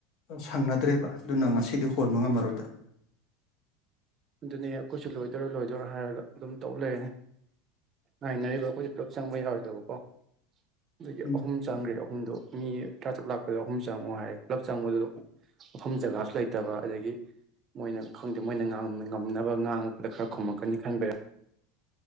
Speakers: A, on the left; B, on the right.
A: ꯁꯪꯅꯗ꯭ꯔꯦꯕ ꯑꯗꯨꯅ ꯉꯁꯤꯗꯤ ꯍꯣꯟꯕ ꯉꯝꯃꯔꯣꯏꯗ
B: ꯑꯗꯨꯅꯦ ꯑꯈꯣꯏꯁꯨ ꯂꯣꯏꯗꯣꯏꯔ ꯂꯣꯏꯗꯣꯏꯔ ꯍꯥꯏꯔꯒ ꯑꯗꯨꯝ ꯇꯧ ꯂꯩꯔꯦꯅꯦ ꯉꯥꯏꯅꯔꯤꯕ ꯑꯩꯈꯣꯏ ꯄꯨꯂꯞ ꯆꯪꯕ ꯌꯥꯔꯣꯏꯗꯕꯀꯣ ꯑꯗꯨꯒꯤ
A: ꯎꯝ
B: ꯑꯍꯨꯝ ꯆꯪꯒꯔꯦ ꯑꯍꯨꯝꯗꯣ ꯃꯤ ꯇꯔꯥꯇꯔꯨꯛ ꯂꯥꯛꯄꯗꯣ ꯑꯍꯨꯝ ꯆꯪꯉꯑꯣ ꯍꯥꯏꯌꯦ ꯄꯨꯂꯞ ꯆꯪꯕꯗꯣ ꯃꯐꯝ ꯖꯒꯥꯁꯨ ꯂꯩꯇꯕ ꯑꯗꯒꯤ ꯃꯣꯏꯅ ꯈꯪꯗꯦ ꯃꯣꯏꯅ ꯉꯥꯡꯕꯂꯤ ꯉꯝꯅꯕ ꯉꯥꯡꯉꯛꯄꯗ ꯈꯔ ꯈꯨꯝꯃꯛꯀꯅꯤ ꯈꯟꯕꯩꯔ